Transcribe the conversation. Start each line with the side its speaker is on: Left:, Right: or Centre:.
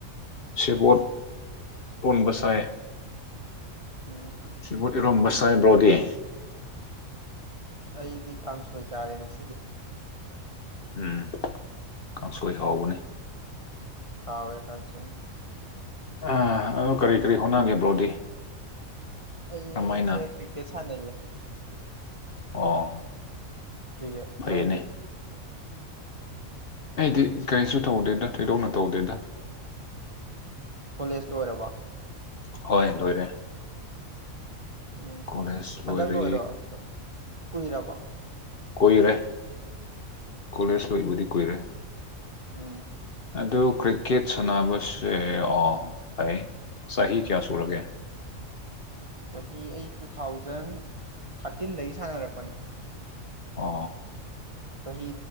Left: ꯁꯦꯕꯣꯠ ꯂꯣꯟꯕ ꯁꯥꯏ
Right: ꯎꯝ
Left: ꯁꯤꯕꯨꯠ ꯏꯔꯣꯝꯕ ꯆꯥꯏꯕ꯭ꯔꯣꯗꯤꯦ
Right: ꯑꯩꯗꯤ ꯀꯥꯡꯁꯣꯏ ꯆꯥꯔꯦ ꯉ ꯁꯤꯗꯤ
Left: ꯎꯝ ꯀꯥꯡꯁꯣꯏ ꯍꯥꯎꯕꯅꯤ
Right: ꯌꯥꯋꯦ ꯀꯥꯟꯁꯨꯅꯤ
Left: ꯑ ꯑꯣ ꯀꯔꯤ ꯀꯔꯤ ꯍꯣꯠꯅꯒꯦ ꯕ꯭ꯔꯣꯗꯤ
Right: ꯑꯩꯁꯦ
Left: ꯀꯔꯝꯃꯥꯏꯅ
Right: ꯀ꯭ꯀꯦꯠ ꯁꯥꯟꯅꯩꯌꯦ
Left: ꯑꯣ
Right: ꯀ꯭ꯔꯤꯛꯀꯦꯠ
Left: ꯐꯩꯌꯦꯅꯦ
Right: ꯅꯪꯗꯤ
Left: ꯑꯩꯗꯤ ꯀꯔꯤꯁꯨ ꯇꯧꯗꯦꯗ ꯊꯣꯏꯗꯣꯛꯅ ꯇꯧꯗꯦꯗ
Right: ꯀꯣꯂꯦꯖꯇ ꯑꯣꯏꯔꯕ
Left: ꯍꯣꯏ ꯂꯣꯏꯔꯦ
Right: ꯎ
Left: ꯀꯣꯂꯦꯖ
Right: ꯍꯟꯗꯛ
Left: ꯂꯣꯏꯔꯦ
Right: ꯂꯣꯏꯔꯣꯝ ꯀꯨꯏꯔꯕ
Left: ꯀꯣꯏꯏꯔꯦ ꯀꯣꯂꯦꯖ ꯂꯣꯏꯕꯨꯗꯤ ꯀꯨꯏꯔꯦ
Right: ꯎꯝ
Left: ꯑꯗꯨ ꯀ꯭ꯔꯤꯀꯦꯠ ꯁꯥꯟꯅꯕꯁꯦ ꯑꯣ ꯐꯩ ꯆꯍꯤ ꯀꯌꯥ ꯁꯨꯔꯒꯦ <unintelligible>
Right: ꯆꯍꯤ ꯑꯩ ꯇꯨ ꯊꯥꯎꯖꯟ ꯊꯥꯔꯇꯤꯟꯗꯒꯤ ꯁꯥꯟꯅꯔꯛꯄꯅꯦ
Left: ꯑ
Right: ꯆꯍꯤ